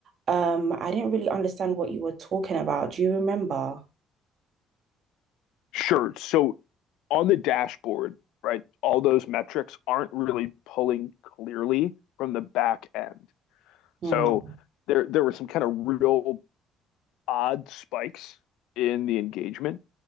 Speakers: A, on the right; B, on the left.
A: Um, I didn't really understand what you were talking about. Do you remember?
B: Sure. So on the dashboard, right, all those metrics aren't really pulling clearly from the back end. So
A: Hmm.
B: there there were some kind of real odd spikes in the engagement